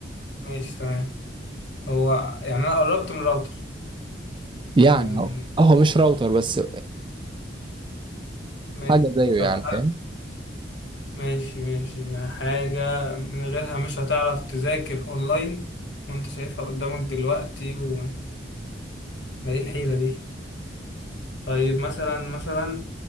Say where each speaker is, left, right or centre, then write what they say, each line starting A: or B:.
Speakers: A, on the left; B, on the right.
A: ماشي تمام هو يعني انا قربت من الراوتر
B: يعني
A: آم،
B: هو هو مش راوتر بس
A: ماشي
B: حاجه زيه
A: طب
B: يعني
A: هل
B: فاهم
A: ماشي ماشي يعني حاجة من غيرها مش هتعرف تذاكر اونلاين وانت شايفها قدامك دلوقتي و... ما ايه الحيرة دي؟ طيب مثلا مثلا